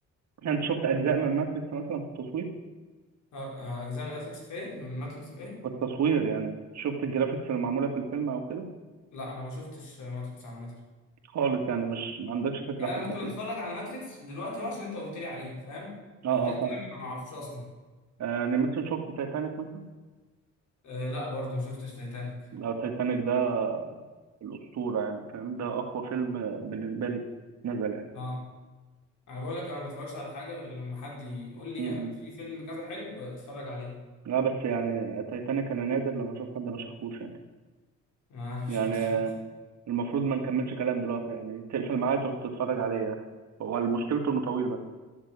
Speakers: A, on the right; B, on the left.
A: يعني انت شفت اجزاء من ماتريكس مثلا في التصوير
B: اه آه، اجزاء من ماتريكس في ايه من ماتريكس في ايه
A: في التصوير يعني شفت الجرافيكس اللي معموله في الفيلم او كده
B: لا انا ما شفتش ماتريكس عامه
A: خالص يعني مش ما عندكش فكره
B: يعني
A: حتى
B: انا ممكن
A: فيه
B: اتفرج على ماتريكس دلوقتي هو عشان انت قلت لي عليه فاهم
A: اه
B: آه، غير
A: اه
B: كده
A: فاهم
B: ما اعرفوش اصلا
A: آه، يعني مثلا شفت تايتانيك مثلا
B: آه لا برضو ما شفتش تايتانيك
A: لو تايتانيك ده الاسطوره يعني فاهم ده اقوى فيلم بالنسبه لي نزل يعني
B: اه انا بقول لك انا ما بتفرجش على حاجه غير لما حد يقول لي
A: م- م.
B: في فيلم كذا حلو اتفرج عليه
A: لا بس يعني تايتانيك انا نادر لما اشوف حد ما شافوش يعني
B: ما انا
A: يعني
B: شفت <laughs>
A: المفروض ما نكملش كلام دلوقتي يعني تقفل معايا تروح تتفرج عليه يعني هو مشكلته انه طويل بس